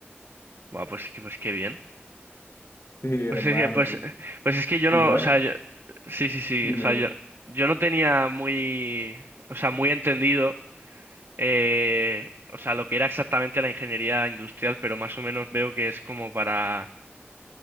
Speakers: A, on the right; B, on the left.
A: Buah, pues, que- pues qué bien.
B: Sí,
A: Pues
B: hermano,
A: es que, pues, eh, pues es que yo
B: igual,
A: no, o sea, yo, sí, sí, sí,
B: dime,
A: o sea,
B: dime.
A: yo, yo no tenía muy, o sea, muy entendido, eh, o sea, lo que era exactamente la ingeniería industrial, pero más o menos veo que es como para